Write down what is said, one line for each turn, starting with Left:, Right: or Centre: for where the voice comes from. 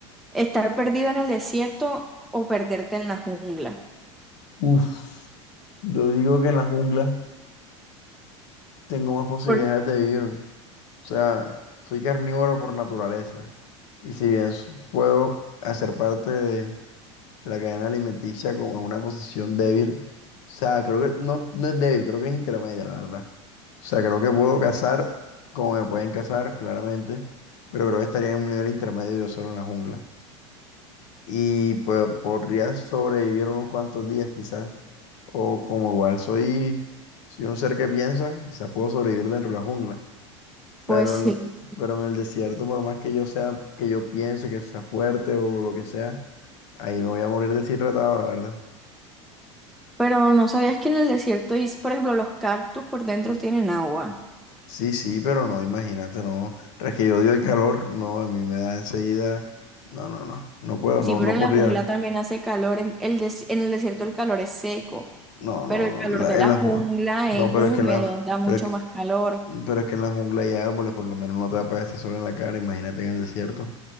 Centre: ¿Estar perdido en el desierto o perderte en la jungla?
Left: Uf, yo digo que en la jungla tengo más posibilidades
Centre: Por-
Left: de vivir. O sea, soy carnívoro por naturaleza. Y si bien s- puedo hacer parte de, de la cadena alimenticia como en una posición débil, o sea, creo que no, no es débil, creo que es intermedia, la verdad. O sea, creo que puedo cazar como me pueden cazar, claramente, pero creo que estaría en un nivel intermedio yo solo en la jungla. y pues podría sobrevivir unos cuantos días quizás. O como igual soy, soy un ser que piensa, quizás puedo sobrevivir dentro de la jungla. Pero
Centre: Pues sí.
Left: en, pero en el desierto, por más que yo sea, que yo piense que sea fuerte o lo que sea, ahí me voy a morir deshidratado, la verdad.
Centre: Pero no sabías que en el desierto, y, por ejemplo, los cactus por dentro tienen agua.
Left: Sí, sí, pero no, imagínate, no. Tras que yo odio el calor, no, a mí me da enseguida. No, no, no, no puedo,
Centre: Sí,
Left: no,
Centre: pero
Left: no
Centre: en
Left: podría.
Centre: la jungla también hace calor. En el, des- en el desierto el calor es seco,
Left: No,
Centre: pero
Left: no,
Centre: el calor
Left: no, la-
Centre: de la
Left: en la
Centre: jungla
Left: jungla. No,
Centre: es
Left: pero
Centre: húmedo,
Left: es que en la,
Centre: da mucho
Left: pero es que
Centre: más calor.
Left: Mm, Pero es que en la jungla hay árboles, por lo menos no te va a pegar este sol en la cara, imagínate en el desierto.